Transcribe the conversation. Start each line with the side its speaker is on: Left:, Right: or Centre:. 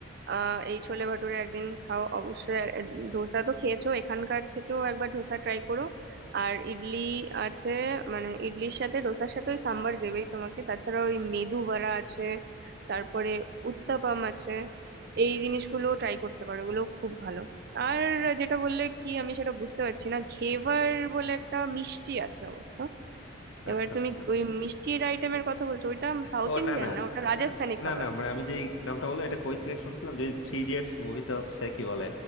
Right: আহ এই ছোলে ভাটুরে একদিন খাও অবশ্যই আর, এ, ধোসা তো খেয়েছো এখানকার থেকেও একবার ধোসা ট্রাই করো আর ইডলি আছে মানে ইডলির সাথে ডোসার সাথে ওই সাম্বার দেবেই তোমাকে তাছাড়া ওই মেদু বড়া আছে তারপরে উত্তাপাম আছে এই জিনিসগুলো ট্রাই করতে পারো এগুলো খুব ভালো আর যেটা বললে কি আমি সেটা বুঝতে পারছি না ঘেভার বলে একটা মিষ্টি আছে অবশ্য এবার
Left: আচ্ছা
Right: তুমি
Left: আচ্ছা
Right: ওই মিষ্টির আইটেমের কথা বলছো ওইটা সাউথ
Left: ও
Right: ইন্ডিয়ান
Left: না না
Right: না ওটা
Left: আহ,
Right: রাজস্থানি খাবার
Left: না না মানে আমি যে নামটা বললাম এটা কই থেকে শুনছিলাম যদি থ্রি ইডিয়টস মুভিতে হচ্ছে কি বলে